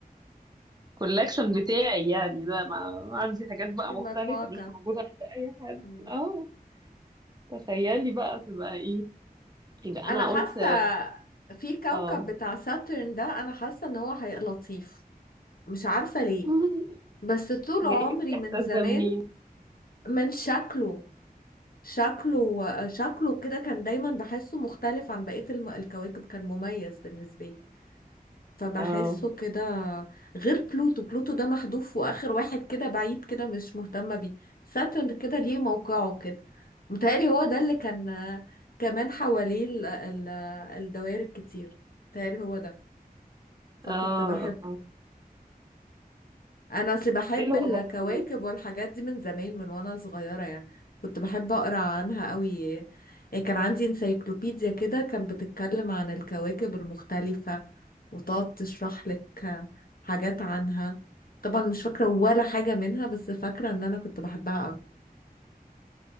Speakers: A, on the right; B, on the left.
A: الكولكشن بتاعي يعني ده ما ما عندي حاجات
B: جيبي
A: بقى
B: المجموعة
A: مختلفه مش
B: كام
A: موجوده عند اي حد
B: مم.
A: اه تخيلي بقى تبقى ايه يبقى
B: انا
A: انا
B: حاسه
A: قلت
B: في كوكب
A: اه
B: بتاع ساترن ده انا حاسه ان هو هيبقى لطيف مش عارفه ليه
A: <laughs>
B: بس طول عمري
A: جايلك الاحساس
B: من زمان
A: ده منين
B: من شكله شكله شكله كده كان دايما بحسه مختلف عن بقيه الم- الكواكب كان مميز بالنسبه لي فبحسه
A: اه
B: كده غير بلوتو بلوتو ده محذوف واخر واحد كده بعيد كده مش مهتمه بيه ساترن كده ليه موقعه كده متهيألي هو ده اللي كان كمان حواليه ال- ال- الدوائر الكتير متهيألي هو ده فكنت
A: اه
B: بحبه
A: اه
B: انا اصلي بحب
A: حلوة
B: الكواكب
A: برضه
B: والحاجات دي من زمان من وانا صغيره يعني كنت بحب اقرا عنها قوي يعني كان عندي انسايكلوبيديا كده كان بتتكلم عن الكواكب المختلفه وتقعد تشرح لك حاجات عنها طبعا مش فاكره ولا حاجه منها بس فاكره ان انا كنت بحبها قوي